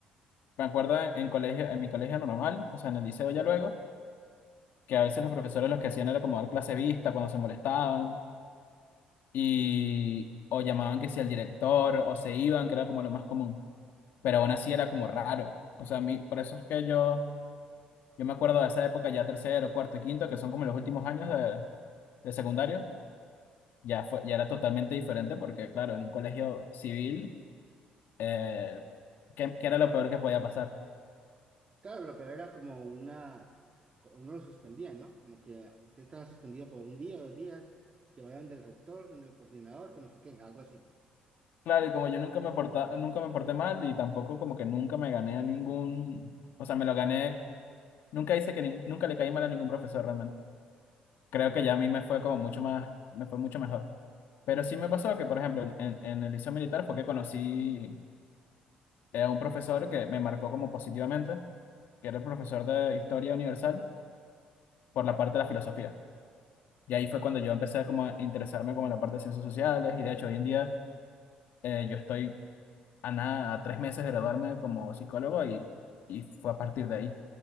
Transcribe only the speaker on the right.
Claro, lo peor era como una, uno lo suspendían, ¿no? Como que usted estaba suspendido por un día, dos días, que vayan del rector, del coordinador, que no sé qué, algo así.